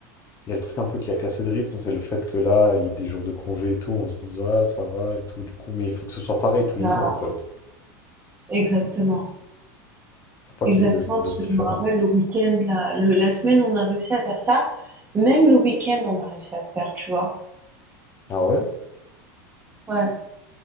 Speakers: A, on the left; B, on the right.
A: il y a le truc un peu qui a cassé le rythme, c'est le fait que là, il y a des jours de congé et tout, on se dit, ah, ça va et tout, du coup. Mais il faut que ce soit pareil tous les
B: Là,
A: jours, en fait.
B: exactement.
A: Faut pas
B: Exactement,
A: qu'il y ait deux jours
B: parce
A: de différence.
B: que je me rappelle le week-end, la, le- la semaine, on a réussi à faire ça. Même le week-end, on a réussi à le faire, tu vois.
A: Ah ouais?
B: Ouais.